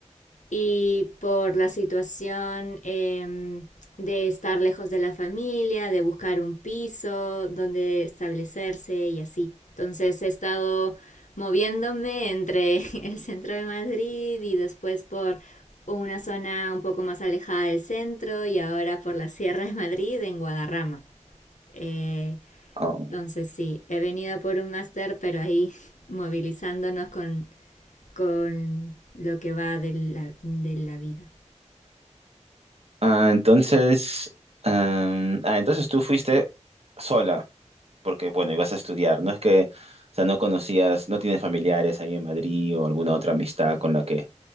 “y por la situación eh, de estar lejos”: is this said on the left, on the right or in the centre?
Left